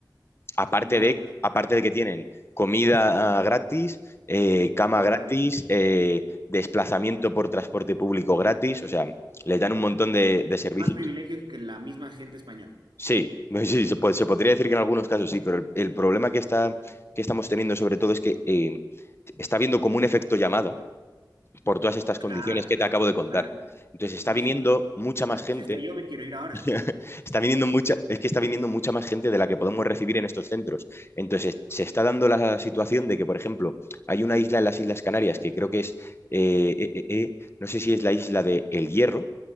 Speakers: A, on the left; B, on the right.
A: aparte
B: mira,
A: de,
B: vos,
A: aparte de que tienen comida ah, gratis, eh, cama
B: ropa
A: gratis,
B: gratis.
A: eh, desplazamiento por transporte público gratis, o sea, les dan un montón de, de servicios.
B: Más privilegios que la misma gente española.
A: Sí, <laughs> sí, se, po- se podría decir que en algunos casos sí, pero el, el problema que está, que estamos teniendo sobre todo es que eh, está habiendo como un efecto llamada por todas estas
B: Claro,
A: condiciones que te acabo de contar.
B: claro,
A: Entonces está
B: lógico.
A: viniendo mucha más gente
B: Si hasta yo me quiero ir ahora.
A: <laughs> Está viniendo mucha, es que está viniendo mucha más gente de la que podemos recibir en estos centros. Entonces, se está dando la situación de que, por ejemplo, hay una isla en las Islas Canarias que creo que es, eh, eh, eh, eh, no sé si es la isla de El Hierro